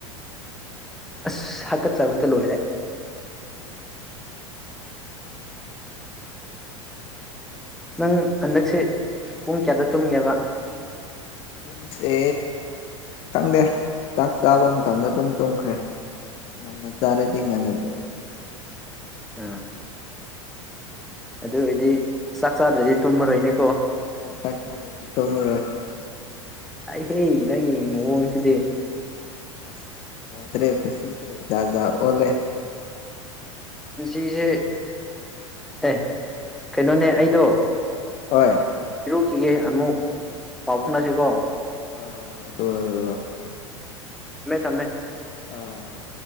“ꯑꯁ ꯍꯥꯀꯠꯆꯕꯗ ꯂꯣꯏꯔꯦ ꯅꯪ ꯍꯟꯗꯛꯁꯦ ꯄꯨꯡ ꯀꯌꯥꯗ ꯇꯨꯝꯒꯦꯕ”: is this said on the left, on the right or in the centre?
Centre